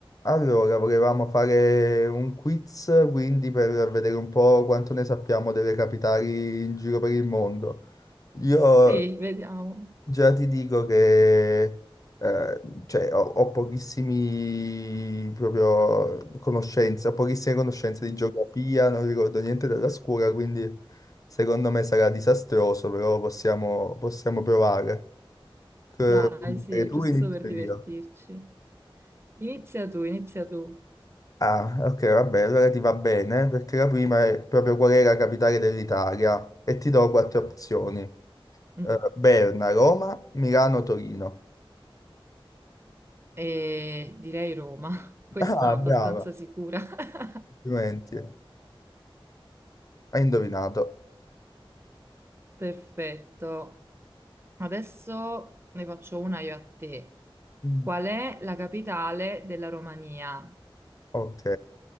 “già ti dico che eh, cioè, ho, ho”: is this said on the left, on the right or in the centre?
Left